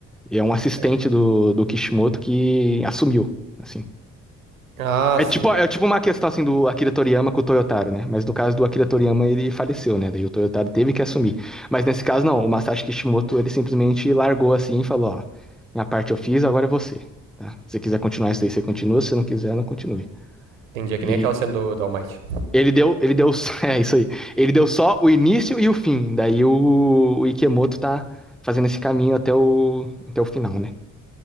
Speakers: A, in the centre; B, on the right (about 80°).
A: E é um assistente
B: É,
A: do, do Kishimoto que assumiu. assim.
B: Ah,
A: É
B: sim.
A: tipo, é tipo uma questão assim do Akira Toriyama com o Toyotaro, né? Mas no caso do Akira Toriyama ele faleceu, né? Daí o Toyotaro teve que assumir. Mas nesse caso não, o Masashi Kishimoto ele simplesmente largou assim e falou, ó, minha parte eu fiz, agora é você, tá? Se você quiser continuar isso daí, você continua, se você não quiser, não continue.
B: Entendi. É que
A: E
B: nem aquela cena do, do All Might.
A: ele deu, ele deu, <laughs> é isso aí. Ele deu só o início e o fim. Daí o, o Ikemoto tá fazendo esse caminho até o até o final, né?